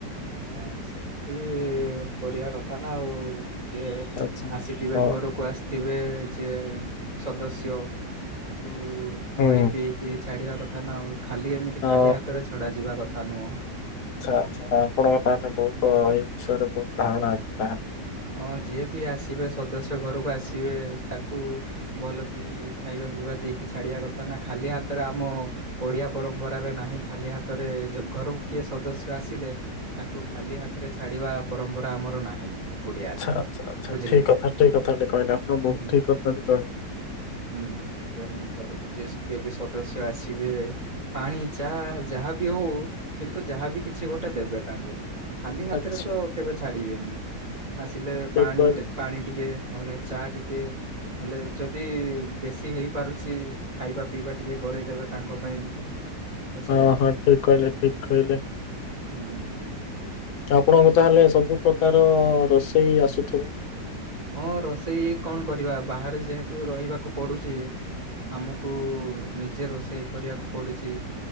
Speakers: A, on the right (about 50°); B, on the left (about 75°).
A: ବାସ୍ ସେମିତି କରିବା କଥା ନା ଆଉ। ଯିଏ
B: ଆଚ୍ଛା
A: ଆସିଥିବେ
B: ହଁ ହଁ,
A: ଘରକୁ ଆସିଥିବେ ଯିଏ ସଦସ୍ୟ। ତାଙ୍କୁ
B: ହୁଁ
A: ଖୁଏଇ ପିଏଇକି ଛାଡିବା କଥା ନା ଆଉ ଖାଲି ଏମିତି
B: ହଁ
A: ଖାଲି ହାତରେ ଛଡ଼ା ଯିବା କଥା ନୁହଁ।
B: ଆଚ୍ଛା ଆଚ୍ଛା ଆପଣଙ୍କ ତାହାନେ ବହୁତ
A: ହୁଁ।
B: ଏଇ ବିଷୟରେ ବହୁତ ଧାରଣା ଅଛି ତାହାନେ।
A: ହଁ ଯିଏ ପି ଆସିବେ ସଦସ୍ୟ ଘରକୁ ଆସିବେ ତାଙ୍କୁ ଭଲ କି ଖାଇବା ପିଇବା ଦେଇକି ଛାଡିବା କଥା ନା ଖାଲି ହାତରେ ଆମ ଓଡିଆ ପରମ୍ପରାରେ ନାହିଁ ଖାଲି ହାତରେ ଜ ଘରକୁ କିଏ ସଦସ୍ୟ ଆସିଲେ ତାଙ୍କୁ ଖାଲି ହାତରେ ଛାଡିବା ପରମ୍ପରା ଆମର ନାହିଁ। ଓଡିଆରେ
B: ଆଛା ଆଛା
A: ବୁଝିଲେ
B: ଠିକ
A: କି?
B: କଥା ଠିକ କଥା କହିଲେ ଆପଣ
A: ହୁଁ
B: ବୋହୁତ ଠିକ କଥା କହିଲେ।
A: ହୁଁ ତେଣୁ ଘରକୁ ଯିଏ ଯିଏ ବି ସଦସ୍ୟ ଆସିବେ ପାଣି ଚାହା ଯାହାବି ହଉ କିନ୍ତୁ ଯାହାବି କିଛି ଗୋଟେ ଦେବେ ତାଙ୍କୁ। ଖାଲି ହାତରେ
B: ଆଚ୍ଛା
A: ତ କେବେ ଛାଡିବେନି। ଆସିଲେ
B: ଠିକ
A: ପାଣି
B: କହିଲେ
A: ଟେ ପାଣି ଟିକେ ନହେଲେ ଚା ଟିକେ। ନହେଲେ ଯଦି ବେଶୀ ହେଇ ପାରୁଚି ଖାଇବା ପିଇବା ଟିକେ କରେଇଦେବେ ତାଙ୍କ ପାଇଁ। ବୁଝିଲେ
B: ହଁ ହଁ ଠିକ କହିଲେ ଠିକ କହିଲେ।
A: ହୁଁ।
B: ତ ଆପଣଙ୍କୁ ତାହେଲେ ସବୁ ପ୍ରକାର ରୋଷେଇ ଆସୁଥିବ?
A: ହଁ ରୋଷେଇ କଣ କରିବା ବାହାରେ ଯେହେତୁ ରହିବାକୁ ପଡୁଚି ଆମକୁ ନିଜେ ରୋଷେଇ କରିବାକୁ ପଡୁଚି।